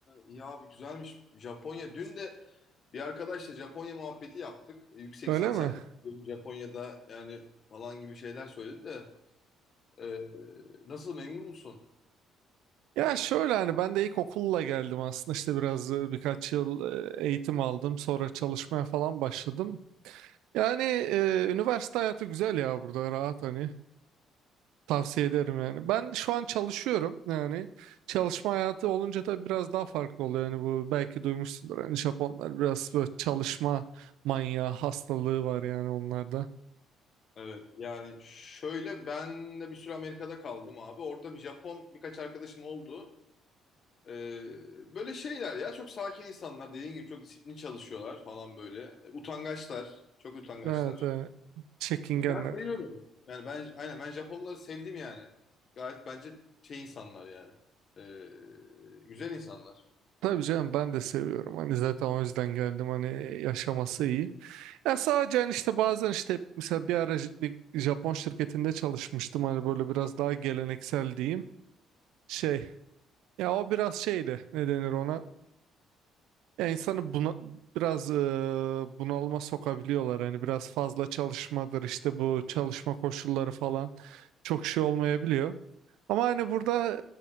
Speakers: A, on the left; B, on the right.
A: iyi abi güzelmiş. Japonya. Dün de bir arkadaşla Japonya muhabbeti yaptık. E, Yüksek
B: Öyle
A: lisans
B: mi?
A: yapmak istiyorum Japonya'da yani falan gibi şeyler söyledi de. Ee, nasıl memnun musun?
B: Ya şöyle hani ben de ilk okulla geldim aslında işte biraz e, birkaç yıl e, eğitim aldım sonra çalışmaya falan başladım. Yani e, üniversite hayatı güzel ya burada rahat hani Tavsiye ederim yani. Ben şu an çalışıyorum yani. Çalışma hayatı olunca da biraz daha farklı oluyor yani bu belki duymuşsundur. Yani Japonlar biraz böyle çalışma manyağı hastalığı var yani onlarda.
A: Evet yani şöyle ben de bir süre Amerika'da kaldım abi. Orada bir Japon birkaç arkadaşım oldu. Ee, böyle şeyler ya çok sakin insanlar dediğin gibi çok disiplinli çalışıyorlar falan böyle. E, Utangaçlar. Çok utangaçlar.
B: Evet, evet. Çekingenler.
A: İyi, Ben seviyorum. Yani ben aynen ben Japonları sevdim yani. Gayet bence şey insanlar yani. Ee, güzel insanlar.
B: Tabii canım ben de seviyorum. Hani zaten o yüzden geldim. Hani yaşaması iyi. Ya sadece hani işte bazen işte mesela bir ara J- bir Japon şirketinde çalışmıştım hani böyle biraz daha geleneksel diyeyim şey ya o biraz şeydi ne denir ona ya insanı buna biraz e, bunalıma sokabiliyorlar hani biraz fazla çalışmadır işte bu çalışma koşulları falan çok şey olmayabiliyor. Ama hani burada